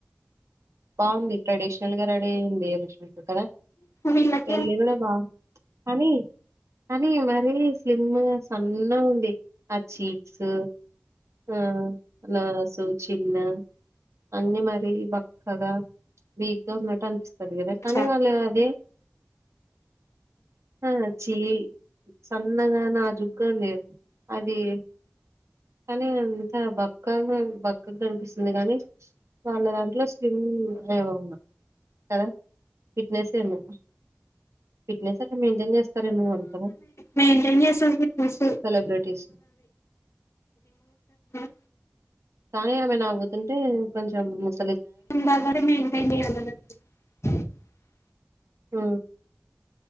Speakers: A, on the right; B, on the left.
A: బాగుంది ట్రెడిషనల్ గా రెడీ అయ్యింది ఆ రోజు కద
B: వీళ్ళకే
A: పెళ్ళి కూడా బా కానీ కానీ మరీ స్లిమ్గా సన్నగా ఉంది ఆ చీక్స్ ఆ నోస్ చిన్ అన్ని మరి బక్కగా వీక్గా ఉన్నట్టు అనిపిస్తుంది. కదా
B: వచ్చారు
A: కనీ వాళ్ళదే ఆ చీ సన్నగా నాజుగ్గ లే అది కానీ అంత బక్కగా బక్కగా కనిపిస్తుంది కానీ వాళ్ళ దాంట్లో స్లిమ్ంగ్ అ కదా ఫిట్నెస్ ఏమో ఫిట్నెస్ అట్ట మెయింటైన్ చేస్తారేమో వాళ్ళు కద
B: మెయిన్టెయిన్ చేస్తంది ఫిట్నెస్
A: సెలబ్రిటీస్
B: <unintelligible>
A: కానీ ఆమె నవ్వుతుంటే కొంచెం ముస్
B: <unintelligible>
A: ఊ